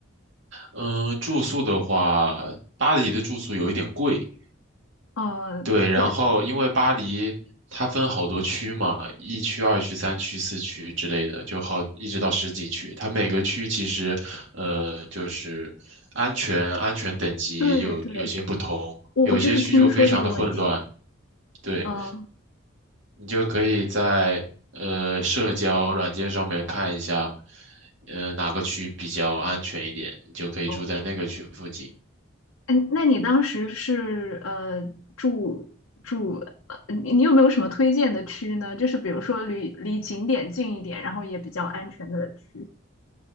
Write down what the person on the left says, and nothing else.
呃，
对
对对，我我就是听说这个问题。
嗯，
哦。嗯，那你当时是呃住住，呃你你有没有什么推荐的区呢？就是比如说离离景点近一点，然后也比较安全的区。